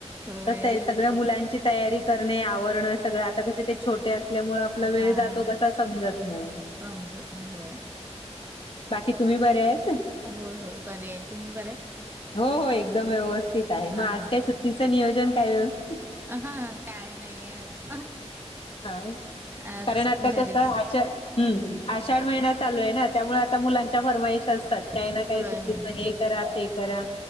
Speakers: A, on the right (about 20°); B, on the left (about 50°).
A: होय
B: कसं आहे सगळ्या मुलांची तयारी करणे, आवरणं सगळं आता कसे ते छोटे अस ल्यामुळे आपला वेळ
A: हा
B: जातो कसा समजत नाही.
A: समजत नाही होय.
B: बाकी तुम्ही बरे आहेत?
A: होय होय बऱ्याय. तुम्ही बऱ्याय?
B: हो हो एकदम व्यवस्थित आहे मग
A: हा
B: आज काय सुट्टीचं नियोजन काय वो?
A: अहं काय नाहीये आज.
B: हा
A: आज
B: कारण आता
A: घरीच
B: कस आषा आषाढ महिना चालू आहे ना त्यामुळे आ आता मुलांच्या फरमाईश असतात काही
A: होय
B: ना काही सुट्टीच
A: होय
B: हे करा ते करा.